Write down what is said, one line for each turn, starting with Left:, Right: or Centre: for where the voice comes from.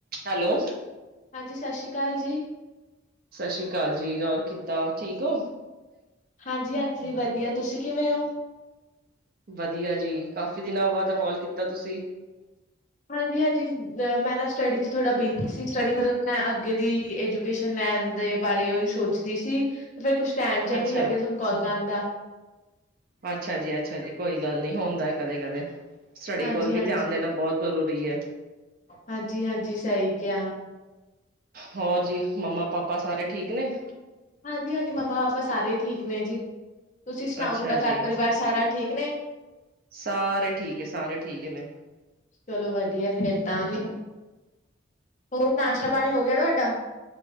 Right: Hello
Left: ਹਾਂਜੀ ਸਤਿ ਸ੍ਰੀ ਅਕਾਲ ਜੀ
Right: ਸਤਿ ਸ੍ਰੀ ਅਕਾਲ ਜੀ ਹੋਰ ਕਿੱਦਾਂ ਠੀਕ ਹੋ
Left: ਹਾਂਜੀ ਹਾਂਜੀ ਵਧੀਆ ਤੁਸੀਂ ਕਿਵੇਂ ਹੋ
Right: ਵਧੀਆ ਜੀ ਕਾਫੀ ਦਿਨਾਂ ਬਾਅਦ ਕਾਲ ਕੀਤਾ ਤੁਸੀਂ
Left: ਹਾਂਜੀ, ਹਾਂਜੀ। ਅ ਮੈਂ ਨਾ ਸਟੱਡੀ ਚ ਥੋੜਾ ਬਿਜੀ ਸੀ ਸਟੱਡੀ ਮਤਲਵ ਮੈਂ ਅੱਗੇ ਦੀ ਏਜੂਕੇਸ਼ਨ ਲੈਣ ਦੇ ਬਾਰੇ ਔਹੀ ਸੋਚਦੀ ਸੀ, ਫੇਰ ਕੁਛ ਟੈਮ ਜਿਆ
Right: ਅੱਛਾ
Left: ਈ ਨਹੀ ਲੱਗੀਆ, ਥੋਨੂੰ ਕਾਲ ਕਰਨ ਦਾ।
Right: ਅੱਛਾ ਜੀ, ਅੱਛਾ ਜੀ, ਕੋਈ ਗੱਲ ਨੀ, ਹੋਂਦਾ ਏ ਕਦੇ-ਕਦੇ। ਸਟੱਡੀ
Left: ਹਾਂਜੀ
Right: ਕੋਲ
Left: ਹਾਂਜੀ
Right: ਵੀ ਧਿਆਨ ਦੇਨਾ ਬਹੁਤ ਜ਼ਰੂਰੀ ਐ।
Left: ਹਾਂਜੀ, ਹਾਂਜੀ, ਸਹੀ ਕਿਆ।
Right: ਹੋਰ ਜੀ, ਮੰਮਾ-ਪਾਪਾ ਸਾਰੇ ਠੀਕ ਨੇ?
Left: ਹਾਂਜੀ, ਹਾਂਜੀ, ਮੰਮਾ-ਪਾਪਾ ਸਾਰੇ ਠੀਕ ਨੇ ਜੀ। ਤੁਸੀਂ ਸੁਣਾਓ?
Right: ਅੱਛਾ
Left: ਥੋਡਾ
Right: ਜੀ
Left: ਘਰ-ਪਰਿਵਾਰ ਸਾਰਾ ਠੀਕ ਨੇ?
Right: ਸਾਰੇ ਠੀਕ ਏ, ਸਾਰੇ ਠੀਕ ਏ।
Left: ਚਲੋ ਵਧੀਆ ਫੇਰ ਤਾਂ ਜੀ। ਹੋਰ ਨਾਸ਼ਤਾ ਪਾਣੀ ਹੋ ਗਿਆ ਤੁਹਾਡਾ